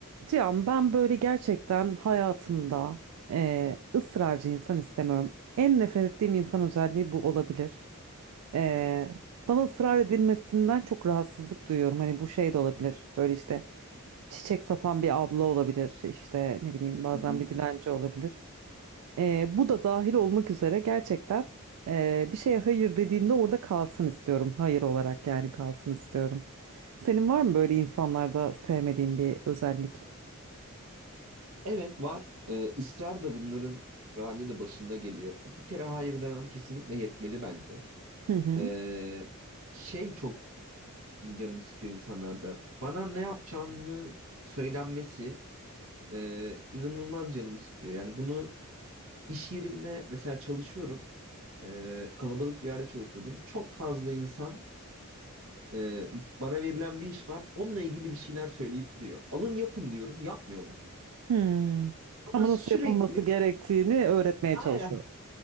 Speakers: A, on the right; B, on the right.
A: Cihan ben böyle gerçekten hayatımda eee, ısrarcı insan istemiyorum. En nefret ettiğim insan özelliği bu olabilir. Eee, bana ısrar edilmesinden çok rahatsızlık duyuyorum. Hani bu şey de olabilir. Böyle işte çiçek satan bir abla olabilir. İşte ne bileyim bazen
B: Hı hı.
A: bir dilenci olabilir. Eee, bu da dahil olmak üzere gerçekten eee, bir şeye hayır dediğimde orada kalsın istiyorum. Hayır olarak yani kalsın istiyorum. Senin var mı böyle insanlarda sevmediğin bir özellik?
B: Evet var. Ee, ısrar da bunların bahane de başında geliyor. Bir kere hayır demem kesinlikle yetmeli bence.
A: Hı hı.
B: Ee, şey çok canımı sıkıyor insanlarda. Bana ne yapacağımı söylenmesi e, inanılmaz canımı sıkıyor. Yani bunu iş yerinde mesela çalışıyorum. Ee, kalabalık bir yerde çalışıyordum. Çok fazla insan e, bana verilen bir iş var. Onunla ilgili bir şeyler söyleyip duruyor. Alın yapın diyorum. Yapmıyorlar.
A: Hmm.
B: Ama
A: Ama
B: sürekli
A: nasıl yapılması gerektiğini öğretmeye
B: aynen
A: çalışıyor.